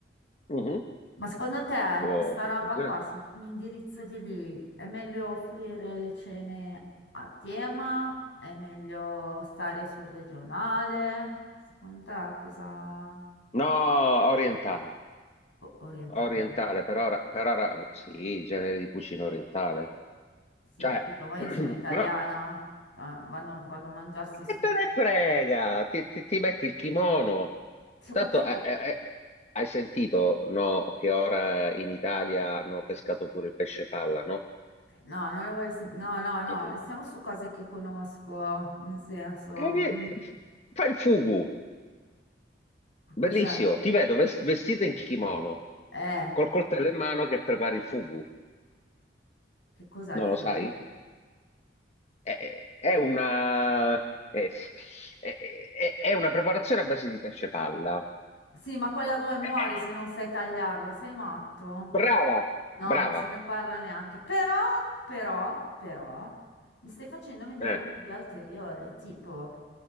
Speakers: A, on the left; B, on the left.
A: Mhm.
B: Ma secondo te in
A: Può-
B: questa
A: può
B: roba
A: funzionare.
B: qua, se mi indirizzo di lì, è meglio offrire le cene a tema? È meglio stare sul regionale? Secondo te cosa...
A: No, orientale.
B: o- orientale?
A: Orientale, per ora, per ora sì, genere di cucina orientale.
B: Sì,
A: Cioè,
B: ho capito, ma
A: <clears throat>
B: io sono italiana.
A: però
B: Cioè, Vanno, vanno a mangiarsi il
A: Che
B: sushi.
A: te ne frega? Ti, ti- ti metti il kimono.
B: Ti ho
A: Tanto
B: capito,
A: eh, eh, eh, hai sentito, no, che ora in Italia hanno pescato pure il pesce palla, no?
B: No, non lo voglio sen- No, no, no,
A: Mhm.
B: restiamo su cose che conosco, nel senso,
A: E
B: mm,
A: che- fai il fugu,
B: che cos'è?
A: bellissimo. Ti vedo ves- vestita in kimono,
B: Eh,
A: col coltello in mano che prepari il fugu.
B: che cos'è il
A: Non
B: fugo?
A: lo sai? È, è una, è, è- è una preparazione a base di pesce palla.
B: Sì, ma quella dove muori
A: Eh, eh,
B: se non sai tagliarlo, sei matto?
A: Brava,
B: No,
A: brava.
B: non se ne parla neanche. Però, però, però, mi stai facendo venire
A: Eh.
B: un'idea ulteriore, tipo